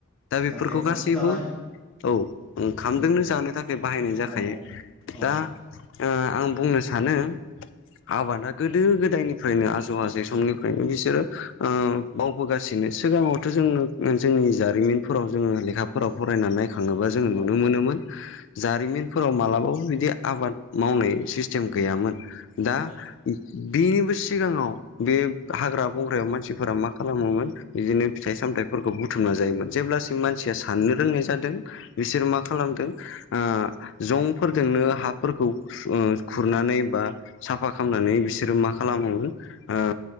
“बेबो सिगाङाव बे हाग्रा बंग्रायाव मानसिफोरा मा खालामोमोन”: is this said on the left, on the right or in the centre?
Left